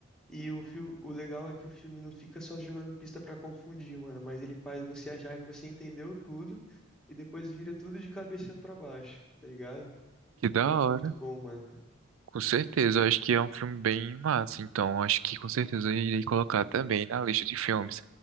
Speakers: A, in the centre; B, on the right.
A: E o fil- o legal é que o filme não fica só jogando pista para confundir, mano, mas ele faz você achar que você entendeu tudo e depois vira tudo de cabeça para baixo, tá ligado?
B: Que da
A: Então é muito
B: hora.
A: bom, mano.
B: Com certeza, eu acho que é um filme bem massa, então eu acho que com certeza eu irei colocar também na lista de filmes.